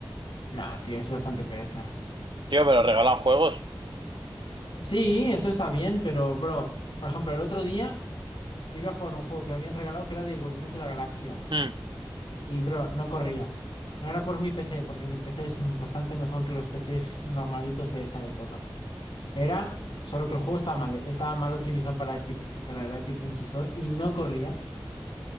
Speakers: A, on the left; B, on the right.
A: No, tío, es bastante pereza.
B: Tío, pero regalan juegos.
A: Sí, eso está bien, pero, bro, por ejemplo, el otro día iba a jugar un juego que habían regalado que era de Guardianes de la Galaxia.
B: Hmm,
A: Y, bro, no corría. No era por mi PC, porque mi PC es bastante mejor que los PCs normalitos de esa época. Era solo que el juego estaba mal, estaba mal optimizado para Epic, para el Epic Games Store y no corría.